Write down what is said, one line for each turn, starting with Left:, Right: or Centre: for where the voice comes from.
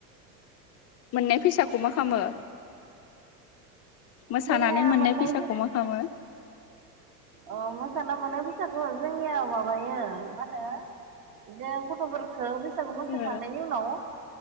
Left: मोननाय फैसाखौ मा खालामो? मोसानानै
Right: जोंनिया
Left: मोननाय
Right: मोननै
Left: फैसाखौ मा खालामो?
Right: ओ मोसानानै मोननाय फैसाखौ जोंनियाव माबायो मा होनो दे गथ'फोरखौ बैसागु मोसाखांनायनि
Left: ओ
Right: उनाव